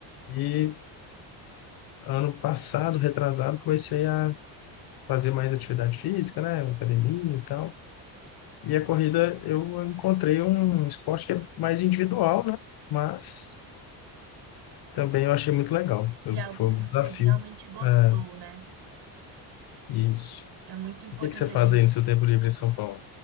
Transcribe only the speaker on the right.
E algo
que
você
realmente gostou,
né?
É muito importante
a gente.